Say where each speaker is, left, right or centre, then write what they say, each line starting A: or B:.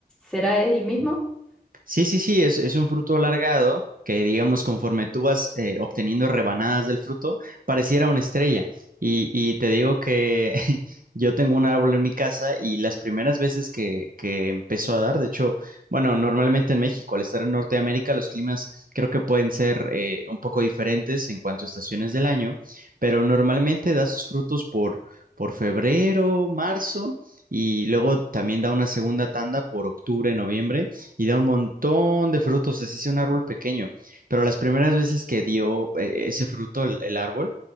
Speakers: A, in the centre; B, on the right (about 60°).
A: ¿Será el mismo? <laughs>
B: Sí, sí, sí, es, es un fruto alargado que, digamos, conforme tú vas eh, obteniendo rebanadas del fruto, pareciera una estrella. Y, y te digo que <laughs> yo tengo un árbol en mi casa y las primeras veces que, que empezó a dar, de hecho, bueno, normalmente en México, al estar en Norteamérica, los climas creo que pueden ser eh, un poco diferentes en cuanto a estaciones del año, pero normalmente da sus frutos por, por febrero, marzo. Y luego también da una segunda tanda por octubre, noviembre y da un montón de frutos, así sea un árbol pequeño. Pero las primeras veces que dio eh, ese fruto el, el árbol,